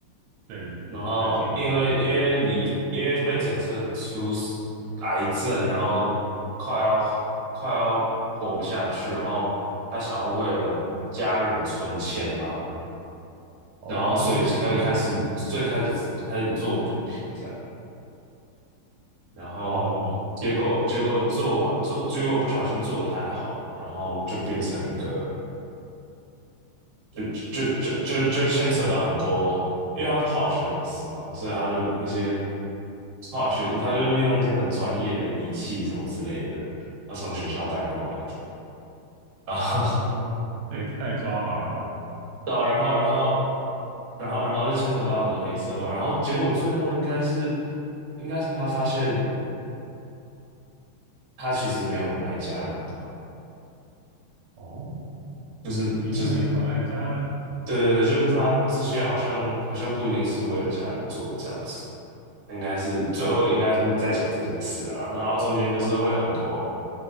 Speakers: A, on the right; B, on the right.
A: 对对对，
B: 然后因为因为离因为被检测出
A: 我有听听到这个，
B: 癌症，然后快要快要活不下去，然后他想要为了家人存钱嘛，
A: 哦，
B: 然后所以开开始最开始开始做毒品这样。
A: 原来是这样子，
B: 然后结果结果做完做结果不小心做的太好，
A: 哦
B: 然后就变成一个就就就就就牵扯到很多，因为他是化学老师嘛，所以他就那些化学他就用那些很专业的仪器什么之类的，他从学校带过来这样，然后
A: 哦，这也太抓马了吧，
B: <laughs> 对啊然后然后然后然后就牵扯到很多黑社会，然后结果最后应该是应该是他发现他其实没有很爱家人吧。
A: 哦，
B: 就就是是。
A: 原来没有很爱家人，
B: 对，对就是他这些好像好像不一定是为了家人做的这样子，应该是最后应该是在讲这件事啊，然后中间就是会有很多